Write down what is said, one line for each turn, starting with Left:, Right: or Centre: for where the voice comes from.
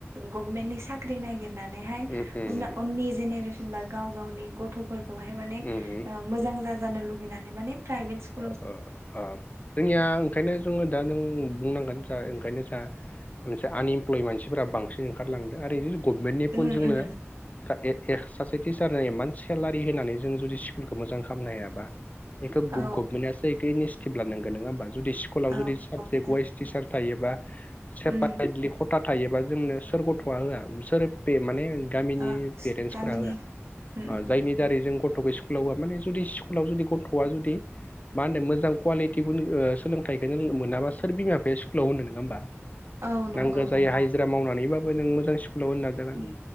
Right: गभमेन्टनि साख ख्रि नागिरनानैहाय
Left: उम उम
Right: उना उननि जेनेरेसन बा गाव गावनि गथफोर खौहाय माने
Left: उम उम
Right: ओ मोजां जानो लुुबैनानै मान प्राइभेट स
Left: ओ ओम जोङिया ओंखायनो जोङो दा नों बुंनांगोन जा ओंखायनो जा मोनसे आनइमप्लय मानसिफ्रा बांसिन ओंखारलांदों आरो इदिनो गभनमेन्टनि फुन
Right: उम
Left: जोंनो
Right: उम
Left: <unintelligible> सासे टिचारा एमान सेलारि होनानै जों जुदि स्कुलखौ मोजां खालामनो हायाबा बेखौ ग
Right: औ
Left: गभमेन्टआसो इखो इनिसिटिभ लानांगोन नोङा होमब जुदि स्कुलाव
Right: औ
Left: जुदि साबजेट
Right: गभमेन्टआ
Left: वाइस टिचार थायोबा सेपारेटलि
Right: उम
Left: खथा थायोबा जोंनो सोर गथआ होया सोर बे माने गामिनि
Right: ओ
Left: पेरेन्सफ्राबो
Right: गामिनि उम
Left: बा
Right: उम
Left: जायनि दारै जों गथ थखौ स्कुलाव होया माने जुदि स्कुलाव जुदि गथआ जुदि- मा होनो मोजां कुवालिटि गुन ओ सोलोंथाइखो नों मोनाबा सोर बिमा बिफाया स्कुलाव होनो नोङा होमबा।
Right: औ नंगौ
Left: नांगो जायो
Right: नंगौ
Left: हाजिरा मावनानैबाबो नों मोजां। स्कुलाव होनो नाजागोन
Right: उम